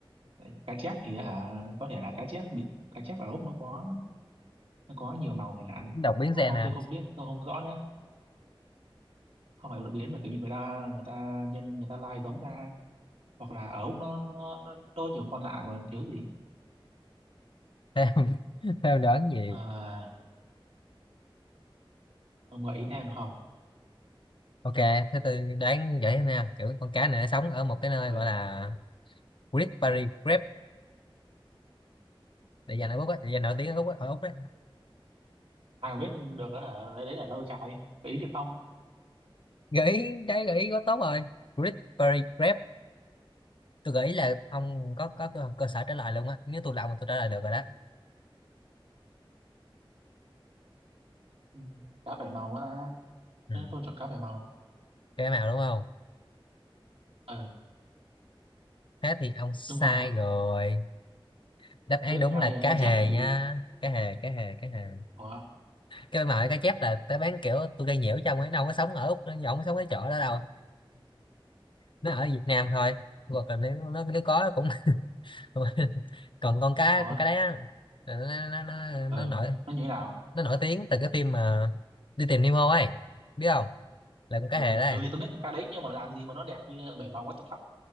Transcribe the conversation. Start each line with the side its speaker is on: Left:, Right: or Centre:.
Right: Đấy, cá chép thì hả có thể là cá chép bị cá chép ở Úc nó có nó có nhiều màu chẳng hạn
Left: đọc biến
Right: Ô,
Left: xe nè
Right: tôi không biết tôi không rõ nữa không phải đột biến mà kiểu như người ta người ta nhân người ta lai giống ra hoặc là ở Úc nó nó nó đôi nhiều con lạ mà thiếu gì
Left: theo theo đoán gì
Right: à, ông gợi ý thêm được không
Left: ok thế tôi đoán vậy nè kiểu con cá này nó sống ở một cái nơi
Right: ừ.
Left: gọi là Great Barrier Reef để dành ở Úc á để dành nổi tiếng ở Úc á- ở Úc đấy
Right: ai mà biết được á hả lấy đấy để đâu trái gợi ý chứ không
Left: gợi ý đấy gợi ý quá tốt rồi Great Barrier Reef tôi gợi ý là ông có có cơ, cơ sở trả lời luôn á nếu tôi là ông mà tôi trả lời được rồi đó
Right: ừ. cá bảy màu á ta.
Left: ừ.
Right: Ừ, tôi chọn cá bảy màu
Left: cái màu đúng không
Right: ừ.
Left: thế thì ông sai
Right: đúng không
Left: rồi đáp án
Right: biết
Left: đúng
Right: ngay
Left: là
Right: là
Left: cá
Right: cá
Left: hề
Right: chép chứ gì
Left: nha cá hề cá hề cá hề
Right: ủa
Left: cái mà cá chép là tao bán kiểu tôi gây nhiễu cho ông ấy nó không có sống ở Úc nó không có sống cái chỗ đó đâu nó ở Việt Nam thôi hoặc là nếu nó nếu có cũng <laughs> còn con cá
Right: ủa
Left: con cá đấy á, nó, nó, nó,
Right: ừ.
Left: nó nổi
Right: nó như thế nào
Left: nó nổi tiếng từ cái phim mà đi tìm Nemo ấy biết không là con cá
Right: ừ.
Left: hề đấy
Right: ừ thì tôi biết con cá đấy nhưng mà làm gì mà nó đẹp như bảy màu what the fuck